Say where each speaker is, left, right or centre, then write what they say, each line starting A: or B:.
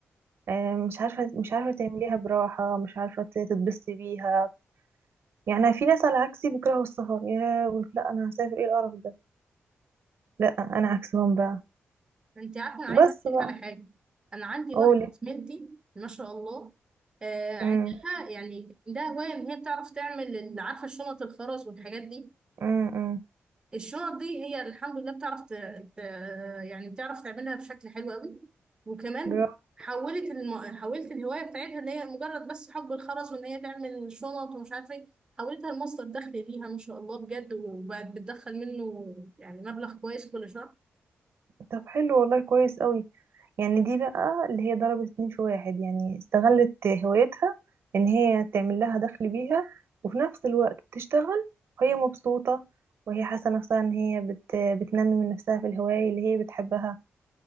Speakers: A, on the right; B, on the right.
A: آه، مش عارفة مش عارفة تعمليها براحة مش عارفة ت- تتبسطي بيها يعني في ناس على عكسي بيكرهوا السفر يا يقول لا انا هسافر ايه القرف ده لا انا عكسهم بقى
B: انت عارفه انا عايزه
A: بس
B: احكي
A: بقى
B: لك على حاجه انا عندي
A: قولي
B: واحده زميلتي ما شاء الله آه عندها
A: امم
B: يعني عندها هوايه ان هي بتعرف تعمل ال- عارفه شنط الخرز والحاجات دي
A: امم
B: الشنط دي هي الحمد لله بتعرف ت... ت... يعني بتعرف تعملها بشكل حلو قوي وكمان
A: برافو
B: حولت الم... حولت الهوايه بتاعتها اللي هي مجرد بس حب الخرز وان هي تعمل شنط ومش عارفه ايه حولتها لمصدر دخل ليها ما شاء الله بجد وبقت بتدخل منه يعني مبلغ كويس كل شهر
A: طب حلو والله كويس قوي يعني دي بقى اللي هي ضربت اتنين في واحد يعني استغلت هوايتها ان هي تعمل لها دخل بيها وفي نفس الوقت بتشتغل وهي مبسوطة وهي حاسة نفسها ان هي بت... بتنمي من نفسها في الهواية اللي هي بتحبها